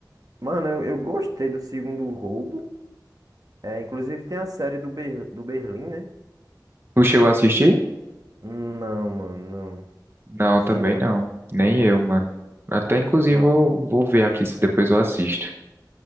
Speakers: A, on the right (about 55°); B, on the right (about 30°).
A: Mano, eu, eu gostei do segundo roubo. É, inclusive tem a série do, Ber, do Berlim, né?
B: Tu chegou a assistir?
A: Não, mano, não.
B: Não,
A: Cheguei a assistir,
B: também
A: não.
B: não. Nem eu, mano. Até inclusive
A: Mas,
B: vou, vou ver aqui se depois eu assisto.